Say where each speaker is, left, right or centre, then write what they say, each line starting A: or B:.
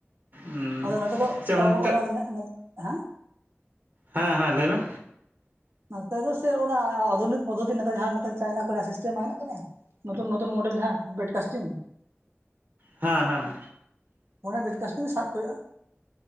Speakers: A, on the right; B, on the right.
A: ᱩᱸ
B: ᱟᱫᱚ ᱱᱚᱛᱮ ᱫᱚ
A: ᱥᱮ ᱚᱱᱛᱮ
B: ᱚᱱᱟ ᱦᱮᱸ
A: ᱦᱮᱸ ᱦᱮᱸ ᱞᱟᱹᱭ ᱢᱮ
B: ᱱᱚᱛᱮ ᱫᱚ ᱥᱮ ᱚᱱᱟ ᱟᱫᱷᱩᱱᱤᱠ ᱯᱚᱫᱽᱷᱚᱛᱤ ᱱᱮᱛᱟᱨ ᱡᱟᱦᱟᱸᱱ ᱪᱟᱭᱱᱟ ᱠᱚ ᱥᱤᱥᱴᱮᱢ ᱢᱮᱱᱟᱜ ᱠᱟᱫᱟ᱾ ᱱᱚᱛᱩᱱ ᱱᱚᱚᱛᱩᱱ ᱢᱚᱰᱮᱞ ᱡᱟᱦᱟᱸ ᱵᱮᱰᱠᱟᱥᱴᱤᱝ
A: ᱦᱮᱸ ᱦᱮᱸ᱾
B: ᱚᱱᱟ ᱵᱮᱰᱠᱟᱥᱴᱤᱧ ᱥᱟᱵ ᱠᱚ ᱦᱳᱭᱳᱜᱼᱟ᱾